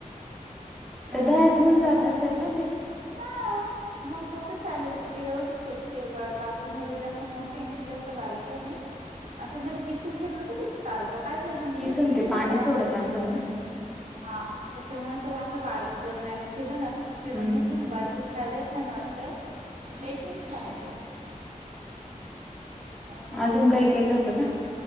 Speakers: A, on the right; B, in the centre.
A: नाही
B: तर दह्यात
A: नाही धुवून
B: होऊन जात
A: एकदा
B: असेल ना ते.
A: हा मग होत सॅलड क ते व्यवस्थित घ्याची का कापून घ्यायचं जास्त मोठे आहे नाही जास्त बारीक आहे नाही. असं नाही तर किसून घेतलं तर चालतं काय काय झाम
B: किसून
A: किसूनच
B: ते
A: घेता.
B: पाणी सोडत असेल ना
A: हा त्याच्यामुळे तर पण असं बारीक ज मॅश केलं ना चिरून
B: हम्म
A: घेतलं. बारीक खायला छान वाटत टेस्ट पण छान येते. असं
B: अजून काही केलं होत का.